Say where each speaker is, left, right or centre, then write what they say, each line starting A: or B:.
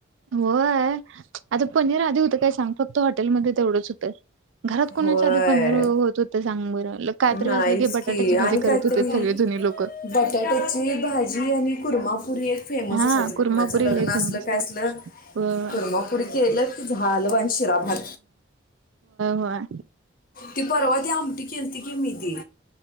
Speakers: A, on the right (about 85°); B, on the left (about 45°).
A: होय आता पनीर आधी होत काय सांग फक्त हॉटेलमध्येध्ये तेवढंच होतं घरात कोणाच्या
B: होय
A: आधी आता पनीर आधी होत काय सांग फक्त हाँटेलमध्ये तेवढंच होत घरात कोणाच्या आधी पनीर होत होत सांग कायतरी
B: नाहीच
A: असलं की बटाट्याची
B: आणि
A: भाजी करत
B: काहीतरी
A: होते सगळे जुनी लोक
B: बटाट्याची भाजी आणि कुर्मापुरी एक फेमस
A: हा
B: असायचं बघ
A: कुर्मापुरी
B: कुणाचं लग्न
A: लय
B: असलं
A: फेमस
B: काय असलं
A: हो
B: कुर्मापुरी केलं की झाल आणि शिरा भात
A: होय
B: ती परवा ती आमटी केलती की मी ती